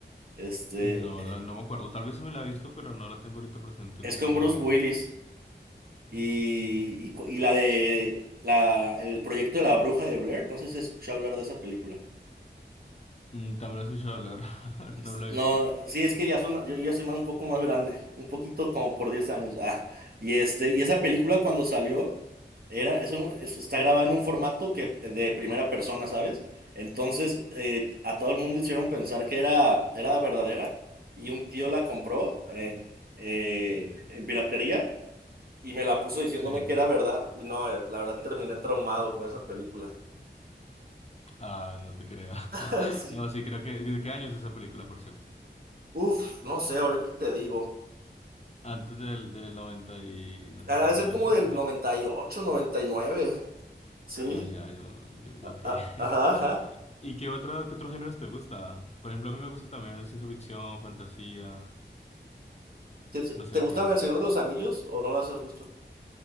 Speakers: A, on the right; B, on the left.
A: Este
B: No,
A: eh,
B: la- no me acuerdo. Tal vez sí me la he visto, pero no la tengo ahorita presente
A: es
B: como
A: con
B: en
A: Bruce
B: mente.
A: Willis y, y, cu- y la de la, el proyecto de la bruja de Blair, no sé si has escuchado hablar de esa película.
B: Mm, También lo he escuchado hablar,
A: Pues,
B: <laughs> no lo
A: No,
B: he visto.
A: sí, es que ya soy, yo ya soy más- un poco más grande, un poquito como por 10 años. Ah, y este, y esa película cuando salió, era, es un- es- está grabada en un formato que, de primera persona, ¿sabes? Entonces, eh, a todo el mundo hicieron pensar que era, era verdadera, y un tío la compró eh, eh, en piratería y me la puso diciéndome
B: Sí.
A: que era verdad. Y no, eh, la verdad terminé traumado con esa película.
B: Ah, no te creo. <laughs>
A: <laughs> Sí.
B: No, sí, creo que... ¿De qué año es esa película, por cierto?
A: Uf, no sé, ahorita te digo.
B: Antes del, del 90 y... no sé,
A: Ha
B: noventa
A: de ser
B: y
A: como
B: ocho
A: del noventa y 99. Sí.
B: Ah, ya, yo... yo-
A: A-
B: ok.
A: a-
B: <laughs>
A: Ajá, ajá.
B: ¿Y qué, otra, qué otros géneros te gusta? Por ejemplo, a mí me gusta también ciencia ficción, fantasía,
A: ¿Te, te-
B: no sé
A: te
B: a
A: gustan
B: ti.
A: El Señor de los Anillos o no las has visto?